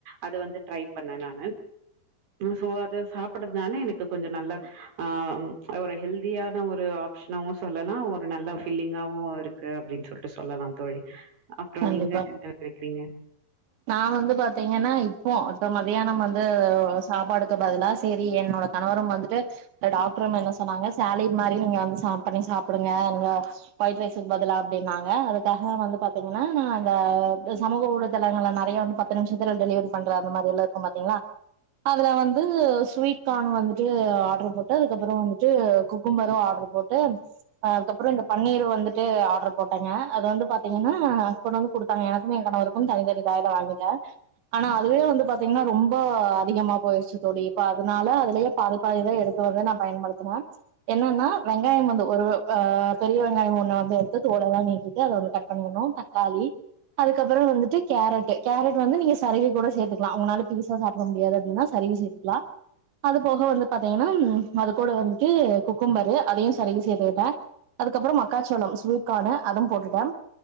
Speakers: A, on the right (about 60°); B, on the right (about 85°).
A: அது வந்து ட்ரை பண்ணே நானு சோ அத சாப்படுது தானே எனக்கு கொஞ்ச நல்லா ஆ ஒரு ஹெல்தியான ஒரு டிஷ்னாவு சொல்லலா ஒரு நல்ல ஃபில்லிங்காவு இருக்கு அப்டின்னு சொல்லிட்டு சொல்லலா தோழி அப்பற
B: கண்டிப்பா
A: நீங்க என்ன கேக்குறீங்க
B: நா வந்து பாத்தீங்கனா இப்போ மதியானம் வந்து சாப்பாடுக்கு பதிலா சேரி என்னோட கணவரும் வந்துட்டு இந்த டாக்டரம்மா என்ன சொன்னாங்க சேலிட் மாரி நீங்க வந்து சா பண்ணி சாப்டுங்க நீங்க ஒயிட் ரைஸுக்கு பதிலா அப்டின்னாங்க அதுக்காக வந்து பாத்தீங்கனா நா அந்த சமூக ஊட தலங்கல்ல நெறைய வந்து பத்து நிமிஷத்துல டெலிவரி பண்ற அந்த மாதிரில்லா இருக்கு பாத்தீங்ளா அதுல வந்து ஸ்வீட் கான் வந்துட்டு ஆடரு போட்டு அதுக்கப்பற வந்துட்டு குக்கும்பரூ ஆடரு போட்டு <unintelligible> அதுக்கப்பற இந்த பனீர் வந்துட்டு ஆடர் போட்டங்க அது வந்து பாத்தீங்கனா கொண்டு வந்து குடுத்தாங்க எனக்கு ஏ கணவருக் கூ தனி தனி பேடா வாங்கிட்டே ஆனா அதுவே வந்து பாத்தீங்கனா ரொம்ப அதிகமா போய்ச்சி தோழி இப்ப அதனால வெளியே பாதி பாதிதா எடுத்து அத பயன்படுத்துனே என்னன்னா வெங்காய வந்து ஒரு ஆ பெரிய வெங்காய ஒன்ன வந்து எடுத்து தோல்ல நீக்கிட்டு அத வந்து கட் பன்னனு தக்காளி அதுக்கப்ற வந்து கேரட் கேரட் வந்து நீங்க சருவி கூட சேத்துகலா உங்களால பெருசா சாப்ட முடியாது அப்டினா சருவி சேத்துக்கலா அது போக வந்து பாத்தீங்கனா அது கூட வந்துட்டு குக்கும்பரு அதயு சருவி சேத்துகிட்டே அதுக்கப்பற மக்காசோள ஸ்வீட் கானு அதும் போட்டுட்டோ